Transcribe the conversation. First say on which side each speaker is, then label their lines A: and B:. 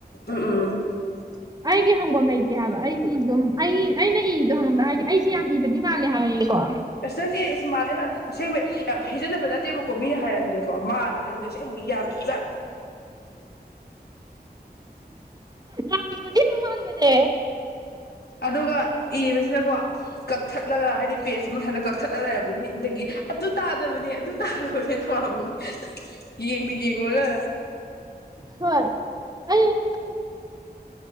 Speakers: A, on the left; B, on the right.
A: ꯎꯝ <unintelligible>
B: ꯑꯩꯒꯤ ꯍꯪꯐꯝ ꯂꯩꯇꯦ ꯍꯥꯏꯕ ꯑꯩ ꯑꯗꯨꯝ ꯑꯩ ꯑꯩꯅ ꯏꯗꯣ ꯍꯪꯕ ꯍꯥꯏꯗꯤ ꯑꯩꯁꯦ ꯌꯥꯝ ꯏꯕꯗꯤ ꯃꯥꯜꯂꯦ ꯍꯥꯏꯌꯦꯀꯣ
A: ꯑꯁ ꯅꯪꯁꯦ ꯏꯁ ꯃꯥꯜꯅꯦ ꯃꯥꯅꯦ ꯑꯁꯦꯡꯕ ꯌꯥꯝ ꯍꯖꯅꯕ ꯅꯠꯇꯦꯕꯀꯣ ꯃꯤꯅ ꯍꯥꯏꯔꯟꯒꯦꯀꯣ ꯃꯥꯜꯂꯦ ꯅꯪꯗꯤ ꯑꯁꯦꯡꯕ ꯌꯥꯝꯃꯤ <unintelligible> <unintelligible>
B: ꯌꯥꯝꯅꯢꯕꯗꯤ ꯑꯗꯨꯝ ꯃꯥꯟꯕꯅꯦ
A: ꯑꯗꯨꯒ ꯏꯕꯁꯤꯅꯀꯣ ꯀꯛꯊꯠꯂꯒ ꯍꯥꯏꯗꯤ ꯄꯦꯁ ꯑꯃꯛ ꯍꯟꯅ ꯀꯛꯊꯠꯂ ꯂꯩꯔꯕꯅꯤ ꯑꯗꯒꯤ ꯑꯗꯨ ꯇꯥꯗꯕꯅꯤ ꯑꯗꯨ ꯇꯥꯗꯕꯅꯦ ꯇꯧꯔꯛꯑꯝꯕꯅꯤ ꯌꯦꯗꯤ ꯌꯦꯂꯒ
B: ꯍꯣꯏ ꯑꯗꯨꯅꯦ